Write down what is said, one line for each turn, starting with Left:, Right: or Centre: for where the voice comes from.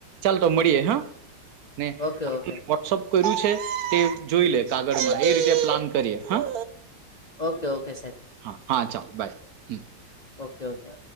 Right: ચાલ તો મળીએે હા. ને
Left: ઓકે
Right: આમ
Left: ઓકે
Right: તો વોટ્સઅપ કર્યું છે તે જોઈ લે કાગળમાં એ રીતે પ્લાન કરીએ હા.
Left: Okay okay sir.
Right: હા હા ચાલો બાય હમ.
Left: Okay okay.